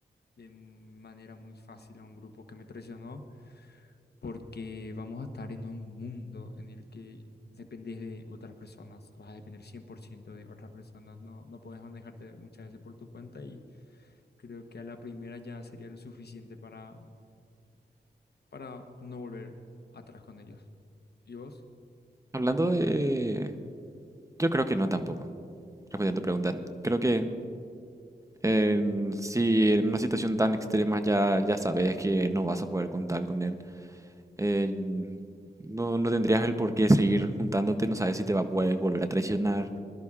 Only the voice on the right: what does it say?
Hablando de... Yo creo que no tampoco, respondiendo a tu pregunta. Creo que en- si en una situación tan extrema ya, ya sabes que no vas a poder contar con él, eh, no, no tendrías el por qué seguir juntándote, no sabes si te va a poder volver a traicionar